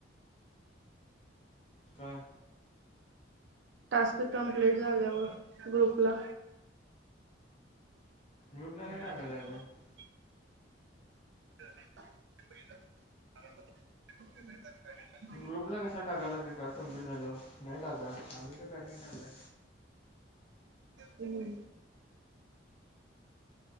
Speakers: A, on the left (about 30°); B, on the right (about 75°).
A: काय?
B: टास्क कंप्लीट झाल्यावर, ग्रुपला.
A: ग्रुपला
B: <unintelligible>
A: नाही टाकायला लागेल
B: <unintelligible>
A: ग्रुपला कशाला टाका लागली, टास्क कम्प्लिट झाल्यावर, नाही टाका. आम्ही तर काय नाय टाका.
B: हूं!